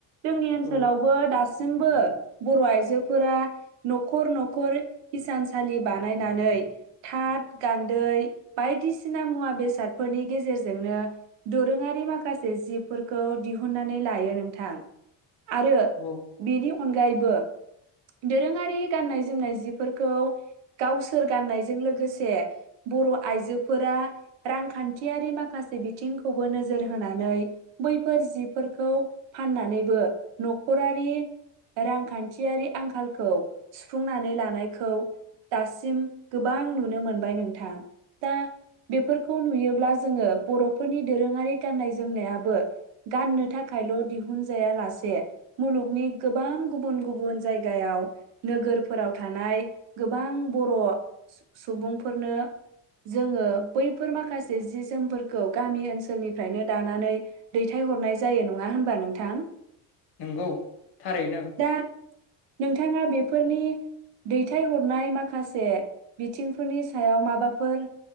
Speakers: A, on the right (about 80°); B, on the left (about 65°).
A: जोंनि ओनसोलावबो
B: औ
A: दास दाबो बर' आइजोफोरा न'खर न'खर हिसानसालि बानायनानै थाथ गान्दै बायदिसिना मुवा बेसादफोरनि गेजेरजोंनो दोरोङारि माखासे माखासे जिबफोरखौ दिहुनन्नानै लायो नोंथां। आरो
B: औ
A: बेनि अनगायैबो दोरोङारि गाननाय जोमनाय जिफोरखौ गावसोर गाननायजों लोगोसे बर' आइजोफोरा रांखान्थियारि माखासे बिथिंखौबो नोजोर हो होनानै बैफोर जिफोरखौ फाननानैबो न'खरारि रांखान्थियारि आंखालखौ सुफुंनानै लानायखौ दासिम गोबां नुनो मोनबाय नोंथां दा बेफोरखौ नुयोब्ला जोंङो बर'फोरनि दोरोंङारि गाननाय जोमनायाबो गाननो थाखायल' दिहुनजायालासे मुलुगनि गोबां गुबुन गुबुन जायगायाव नोगोरफोराव थानाय गोबां बर' सुबुंफोरनो जोंङो बैफोर माखासे जि जोमफोरखौ गामि ओनसोलनि फ्रायनो दानानै दैथाय हरनाय जायो नङा होनबा नोंथां।
B: नंगौ थारैनो
A: दा नोंथाङा बेफोरनि दैथायहरनाय माखासे बिथिंफोरनि सायाव माबाफोर